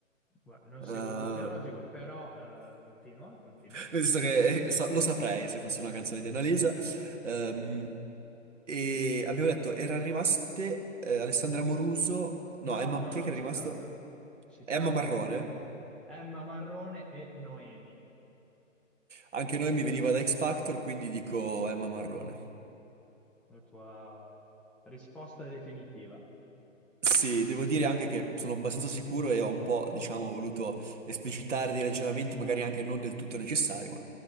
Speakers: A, in the centre; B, on the right.
A: guarda, non
B: Eh,
A: seguo il tuo filologico, però eh, continua, continua.
B: nel senso che eh, sa- lo saprei se fosse una canzone di Annalisa. Ehm, e abbiamo detto, erano rimaste eh, Alessandra Moruso, no,
A: No,
B: Emma,
A: non
B: chi
A: l'ho
B: è che era
A: citata.
B: rimasto?
A: Citato
B: Emma Marrone.
A: Emma Marrone e Noemi.
B: Anche noi mi veniva da X Factor, quindi dico Emma Marrone.
A: La tua risposta definitiva.
B: Sì, devo dire anche che sono abbastanza sicuro e ho un po', diciamo, voluto esplicitare dei ragionamenti, magari anche non del tutto necessari, ma